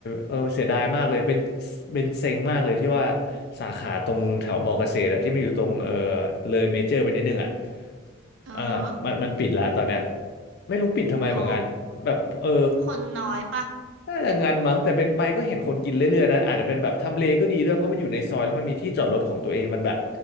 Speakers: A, on the left; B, on the right.
A: เออเสียดายมากเลยเป็นเป็นเซ็งมากเลยที่ว่าสาขาตรงแถวมอเกษตรอะที่มันอยู่ตรงเออเลยเมเจอร์ไปนิดนึงอะ
B: <laughs> อือฮะ
A: อ่ามันมันปิดละตอนเนี้ยไม่รู้ปิดทำไมเหมือนกันแบบเออ
B: อ๋อคนน้อยปะ
A: น่าจะงานมั้งแต่เป็นไปก็เห็นคนกินเรื่อยๆนะ อาจจะเป็นแบบทำเลก็ดีด้วยเพราะมันอยู่ในซอยแล้วมันมีที่จอดรถของตัวเองมันแบบ